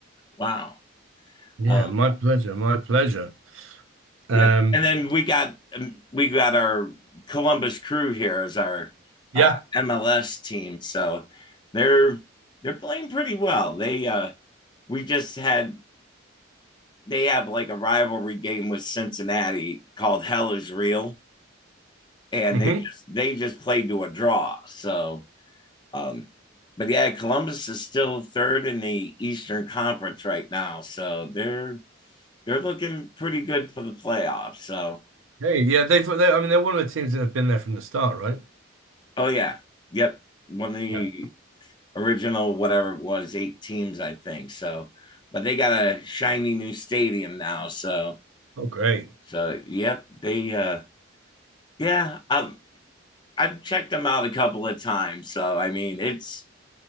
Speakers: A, on the left; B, on the right.
A: Wow.
B: Yeah,
A: Uh,
B: my pleasure, my pleasure. Um
A: Yep. And then we got um, we got our Columbus Crew here as our
B: yeah.
A: uh, MLS team, so they're they're playing pretty well. They uh, we just had they have like a rivalry game with Cincinnati called Hell is Real, and
B: mm
A: they
B: hmm
A: just they just played to a draw. So, um, but yeah, Columbus is still third in the Eastern Conference right now, so they're they're looking pretty good for the playoffs. So
B: Hey, yeah, they've they, I mean they're one of the teams that have been there from the start, right?
A: Oh yeah, yep. One of the
B: Yeah.
A: original whatever it was, eight teams, I think. So, but they got a shiny new stadium now. So,
B: Oh, great.
A: so yep, they uh yeah, um, I've checked them out a couple of times. So I mean, it's